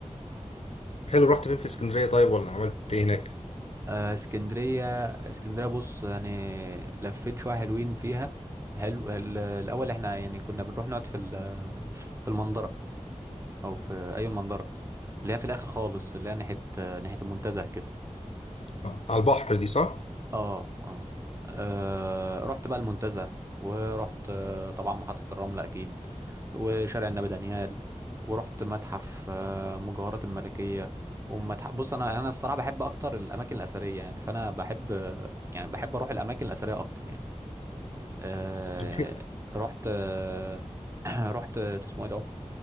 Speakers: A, on the left (about 60°); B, on the right (about 25°).
A: حلو رحت فين في اسكندريه طيب ولا عملت ايه هناك
B: آه، اسكندرية اسكندرية بص يعني لفيت شوية حلوين فيها حلو ال- الأول احنا يعني كنا بنروح نقعد في ال- في المنظرة أو في أي المنظرة اللي هي في الآخر خالص اللي هي ناحية ناحية المنتزه كده
A: آه، على البحر دي صح
B: اه اه آه، رحت بقى المنتزه ورحت آه، طبعا محطة الرمل اكيد وشارع النبي دانيال ورحت متحف آه، مجوهرات الملكية ومتحف بص انا انا الصراحة بحب اكتر الاماكن الاثرية يعني فانا بحب يعني بحب اروح الاماكن الاثرية اكتر يعني آه،
A: طب حلو.
B: رحت آه، <clears throat> رحت اسمه ايه ده